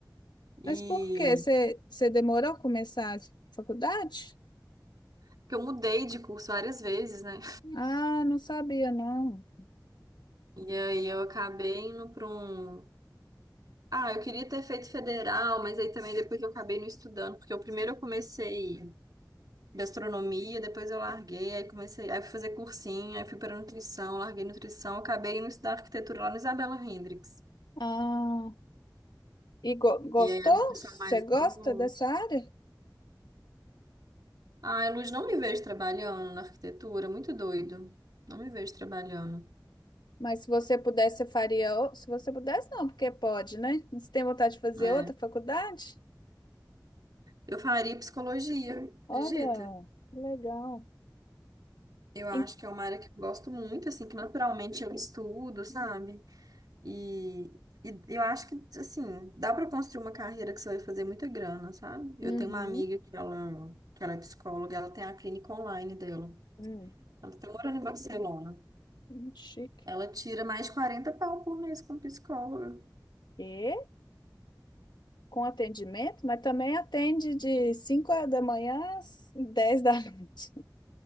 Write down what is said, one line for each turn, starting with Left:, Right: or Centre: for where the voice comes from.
Right: E
Left: Mas por quê? Você você demorou a começar a faculdade?
Right: porque eu mudei de curso várias vezes, né?
Left: Ah, não sabia, não.
Right: E aí eu acabei indo para um. Ah, eu queria ter feito federal, mas aí também depois eu acabei não estudando, porque eu primeiro eu comecei gastronomia, depois eu larguei, aí comecei, aí eu fui fazer cursinho, aí fui para nutrição, larguei nutrição, acabei indo estudar arquitetura lá no Isabela Hendrix.
Left: Ah, e go- gostou?
Right: E aí era um pessoal
Left: Você
Right: mais
Left: gosta
Right: novo.
Left: dessa área?
Right: Ai, Luz, não me vejo trabalhando na arquitetura, muito doido. Não me vejo trabalhando.
Left: Mas se você pudesse, você faria. o- Se você pudesse, não, porque pode, né? Você tem vontade de fazer
Right: É.
Left: outra faculdade?
Right: Eu faria psicologia, acredita?
Left: Olha, que legal.
Right: Eu acho
Left: Em-
Right: que é uma área que eu gosto muito, assim, que naturalmente eu estudo, sabe? E, e eu acho que, assim, dá para construir uma carreira que você vai fazer muita grana, sabe? Eu
Left: Uhum,
Right: tenho uma amiga que ela, que ela é psicóloga, ela tem a clínica online dela.
Left: hum,
Right: Ela está morando em Barcelona.
Left: hum, chique.
Right: Ela tira mais de 40 pau por mês como psicóloga.
Left: E com atendimento, mas também atende de 5 da manhã às 10 da <laughs> noite.